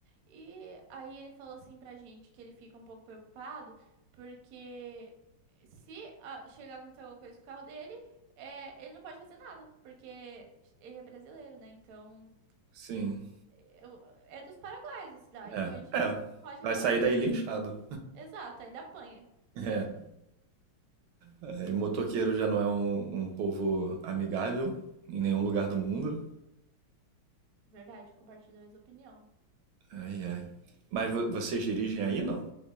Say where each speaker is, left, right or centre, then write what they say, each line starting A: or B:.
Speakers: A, on the right (about 65°); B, on the right (about 85°).
A: E aí ele falou assim pra gente que ele fica um pouco preocupado, porque se ah, chegar a acontecer alguma coisa com o carro dele. É, ele não pode fazer nada, porque ele é brasileiro, né? Então,
B: Sim.
A: eu- é dos Paraguaios a cidade,
B: É.
A: então a gente
B: É.
A: não pode
B: Vai
A: recorrer.
B: sair daí linchado.
A: Exato, ainda apanha.
B: É. Aí o motoqueiro já não é um, um povo amigável em nenhum lugar do mundo.
A: Verdade, compartilho da mesma opinião.
B: Ai, ai. Mas vo- vocês dirigem aí, não?